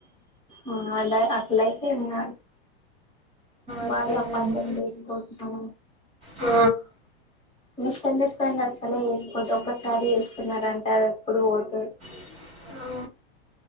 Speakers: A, on the left; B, on the right.
A: ఊ అలా అట్లయితే ఏం కాద్
B: అట్లనే
A: వాళ్ళ అపార్థం
B: అండి
A: చేసుకొద్దూ
B: ఆ
A: మిస్ అండస్టాండ్ అసలే ఏసుకోద్దు ఒక్కసారి ఏసుకున్నారాంటే అది ఎప్పుడూ వోతా
B: ఆ